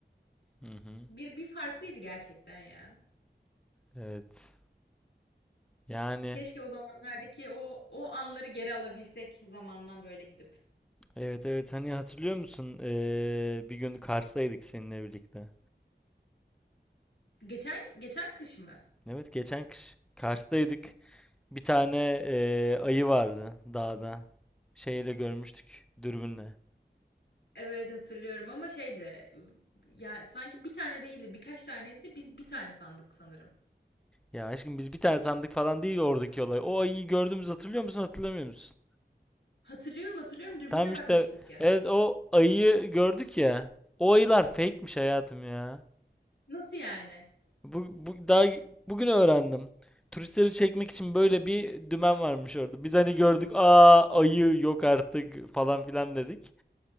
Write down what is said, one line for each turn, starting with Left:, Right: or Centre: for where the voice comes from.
Centre: Hı hı.
Left: Bir, bir farklıydı gerçekten ya.
Centre: Evet. Yani
Left: Keşke o zamanlardaki o o anları geri alabilsek zamandan böyle gidip.
Centre: Evet evet hani hatırlıyor musun? Ee, bir gün Kars'taydık seninle birlikte.
Left: Geçen geçen kış mı?
Centre: Evet geçen kış Kars'taydık. Bir tane ee, ayı vardı dağda. Şeyle görmüştük dürbünle.
Left: Evet hatırlıyorum ama şeydi ya sanki bir tane değildi birkaç taneydi de biz bir tane sandık sanırım.
Centre: Ya aşkım biz bir tane sandık falan değil oradaki olay. O ayıyı gördüğümüz hatırlıyor musun hatırlamıyor musun?
Left: Hatırlıyorum hatırlıyorum dürbünle
Centre: Tamam işte
Left: bakmıştık ya.
Centre: evet o ayıyı gördük ya. O ayılar fake'miş hayatım ya.
Left: Nasıl yani?
Centre: Bu, bu daha bugün öğrendim. Turistleri çekmek için böyle bir dümen varmış orada. Biz hani gördük, aa ayı yok artık falan filan dedik.